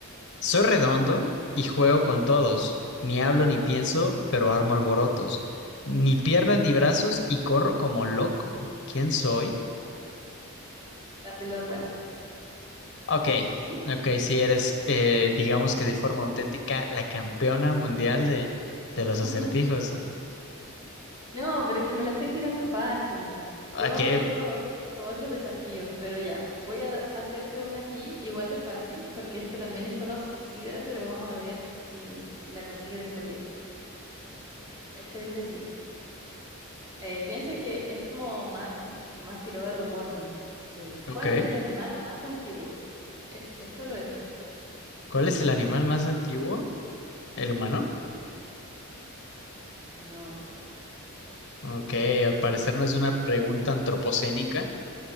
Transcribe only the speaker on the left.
Soy redondo y juego con todos. Ni hablo ni pienso, pero armo alborotos. Ni piernas ni brazos y corro como loco. ¿Quién soy?
Ok,
ok, si eres, eh, digamos que de forma auténtica, la campeona mundial de, de los acertijos.
Ok,
ok.
¿Cuál es el animal más antiguo? ¿El humano?
Ok, al parecer no es una pregunta antropocénica.